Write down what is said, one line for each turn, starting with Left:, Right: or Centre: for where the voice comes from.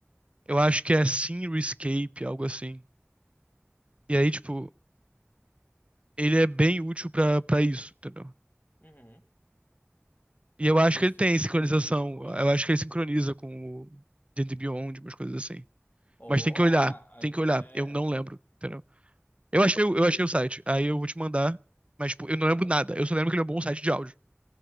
Right: eu acho que é Scenery Escape, algo assim. E aí, tipo, ele é bem útil pra, pra isso, entendeu?
Left: Uhum.
Right: E eu acho
Left: Pra
Right: que
Left: esse
Right: ele tem
Left: tipo de
Right: sincronização.
Left: coisa, né? Pra esse tipo de...
Right: Eu acho que ele sincroniza com o Gente Beyond, umas coisas assim.
Left: Ou,
Right: Mas tem que olhar,
Left: a- aí
Right: tem que
Left: já
Right: olhar.
Left: é...
Right: Eu não lembro, entendeu? Eu achei, o- eu achei o site, aí eu vou te mandar. Mas, tipo, eu
Left: Me
Right: não
Left: manda.
Right: lembro nada.
Left: Hum,
Right: Eu só lembro que ele é um bom site de áudio.